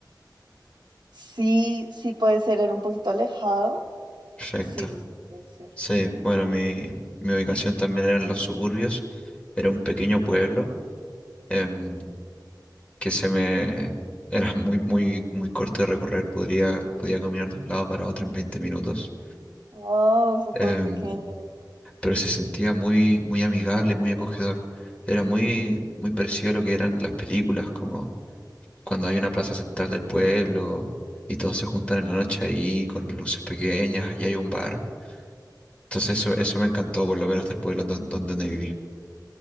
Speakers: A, on the right; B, on the left.
A: Sí, sí puede ser, era un poquito alejado.
B: Perfecto.
A: Sí, sí, sí, puede ser.
B: Sí, bueno, mi, mi ubicación también era en los suburbios. Era un pequeño pueblo em, que se me... Era muy, muy, muy corto de recorrer. Podría, podía caminar de un lado para otro en 20 minutos.
A: Wow, súper
B: Em,
A: pequeño.
B: pero se sentía muy, muy amigable, muy acogedor. Era muy, muy parecido a lo que eran las películas, como cuando hay una plaza central del pueblo y todos se juntan en la noche ahí con luces pequeñas y hay un bar. Entonces eso, eso me encantó, por lo menos del pueblo don- don- donde viví.